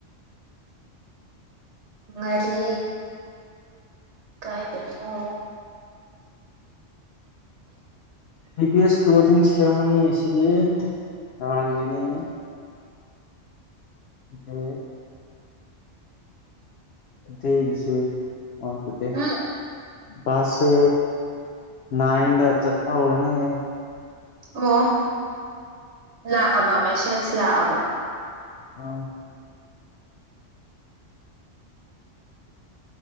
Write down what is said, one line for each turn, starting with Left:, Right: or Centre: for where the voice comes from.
Right: ꯉꯥꯔꯤ ꯀꯥꯏꯗꯅꯣ
Left: ꯍꯤꯚꯁ ꯀ꯭ꯂꯣꯖꯤꯡ ꯁꯦꯔꯤꯃꯣꯅꯤ ꯑꯁꯤꯗꯤ ꯅꯍꯥꯟꯒꯤꯅꯤ ꯑꯦ ꯇꯩ ꯒꯤꯁꯦ ꯑꯣ ꯇꯨꯗꯦ
Right: ꯎꯝ
Left: ꯀ꯭ꯂꯥꯁ ꯁꯦ ꯅꯥꯏꯗ ꯆꯠꯄ ꯍꯧꯔꯅꯤꯌꯦ
Right: ꯑꯣ ꯂꯥꯛꯑꯕ ꯃꯦꯁꯦꯖ ꯂꯥꯛꯑꯕ
Left: ꯑꯥ